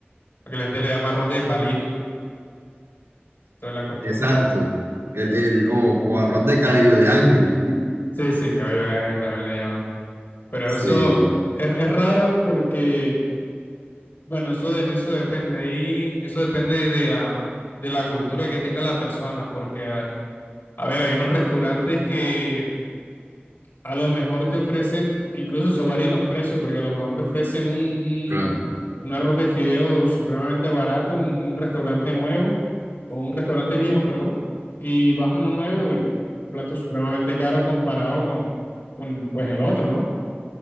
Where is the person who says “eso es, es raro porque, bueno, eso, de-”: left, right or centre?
Left